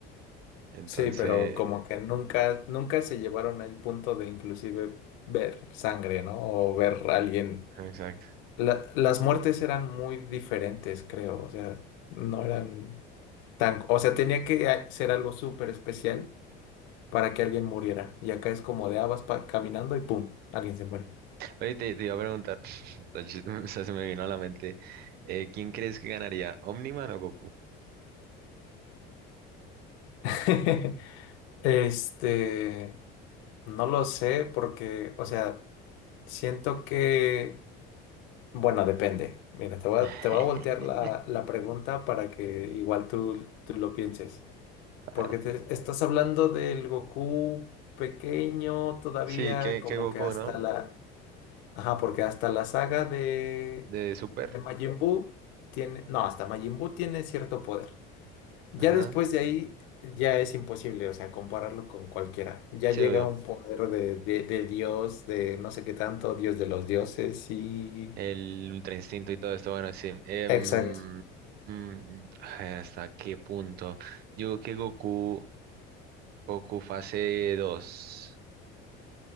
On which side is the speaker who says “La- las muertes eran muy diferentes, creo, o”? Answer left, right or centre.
Left